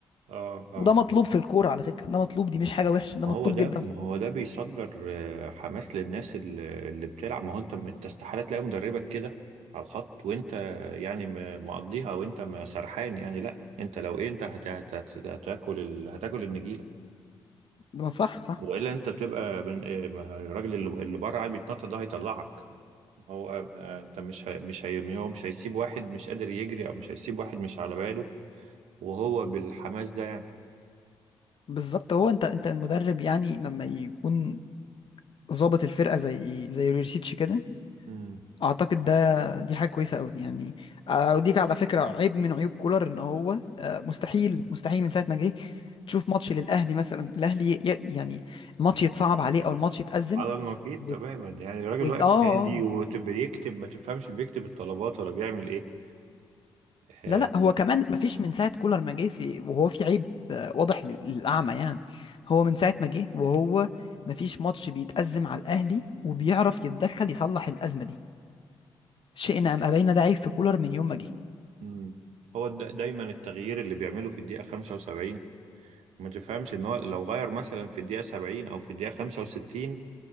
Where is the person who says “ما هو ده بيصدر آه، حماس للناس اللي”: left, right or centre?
Right